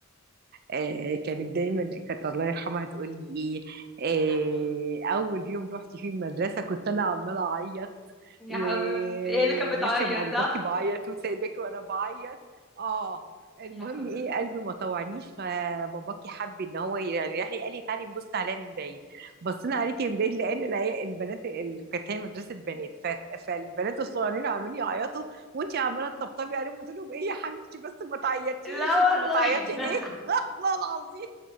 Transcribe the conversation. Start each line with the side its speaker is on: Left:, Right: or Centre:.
Right: آه، كانت دايما كانت الله يرحمها تقول لي إيه
Centre: الله يرحمها
Right: آه، أول يوم رحت فيه المدرسة كنت أنا عمالة أعيط
Centre: يا
Right: و-
Centre: حبيبتي هي اللي
Right: وماشية
Centre: كانت بتعيط
Right: مع باباكي
Centre: صح
Right: بعيط وسايباكي وأنا بعيط آه المهم
Centre: يا حبيبتي
Right: إيه قلبي ما طوعنيش فباباكي حب إن هو يعني راح قال لي تعالي نبص عليها من بعيد بصينا عليكي من بعيد لان العيا- البنات اللي كانت هي مدرسه بنات ف- فالبنات الصغيرين عمالين يعيطوا وانت عماله تطبطبي عليهم قلت لهم ايه يا حبيبتي بس ما تعيطيش
Centre: لا والله
Right: انت بتعيطي
Centre: <laughs>
Right: ليه؟ <laughs> والله العظيم